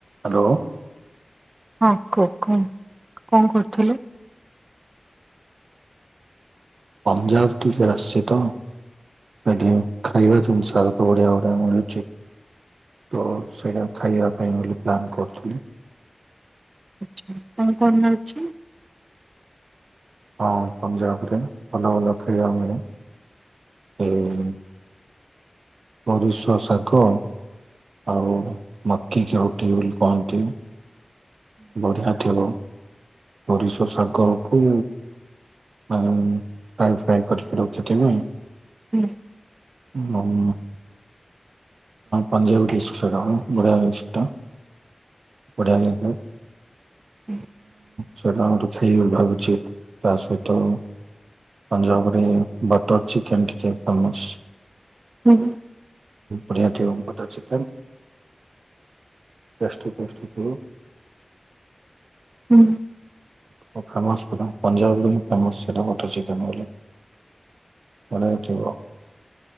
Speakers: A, on the right; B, on the right.
A: Hello.
B: ହଁ, କୁହ, କୁହନ୍ତୁ, କଣ କରୁଥିଲେ?
A: ପଞ୍ଜାବ <unintelligible> ଆସଛି ତ। ସେଠି ଖାଇବା ଜିନିଷ ଆକ ବଢ଼ିଆ ବଢ଼ିଆ ମିଳୁଛି। ତ ସେଇଟା ଖାଇବା ପାଇଁ ବୋଲି ପ୍ଲାନ୍ କରୁଥିଲି।
B: ଆଚ୍ଛା, କଣ, କଣ ମିଳୁଛି?
A: ହଁ, ପଞ୍ଜାବରେ ଭଲ ଭଲ ଖାଇବା ମିଳେ। ଏ ସୋରିଷ ଶାଗ ଆଉ ମକି କି ରୁଟି ବୋଲି କୁହନ୍ତି। ବଢ଼ିଆ ଥିବ, ସୋରିଷ ଶାଗ କୁ ଫ୍ରାଇ ଫ୍ରାଇ କରିକି ରଖିଥିବେ।
B: ହୁଁ।
A: <unintelligible> ପଞ୍ଜାଵୀ ଡ଼ିସ୍‌ ସେଟା, ବଢ଼ିଆ ଡ଼ିସ୍‌ଟା, ବଢ଼ିଆ ଲାଗେ।
B: ହୁଁ।
A: ସେଇଟା ଆମର <unintelligible> ଭାବୁଛି, ତା ସହିତ ପଞାବ ରେ ବଟର୍ ଚିକେନ୍ ଟିକେ ଫେମସ୍।।
B: ହୁଁ ହୁଁ <inaudible>
A: ବଢ଼ିଆ କି ହବ ବଟର୍ ଚିକେନ୍ କଷ୍ଟ ପଷ୍ଠିତ <inaudible>
B: ହୁଁ।
A: ପ ଫେମସ୍ ପୁରା ପଞ୍ଜାବ ବୋଲି ଫେମସ୍ ସେଇଟା ବଟର୍ ଚିକେନ୍ ବୋଲି ବଲ ଠିକ <inaudible>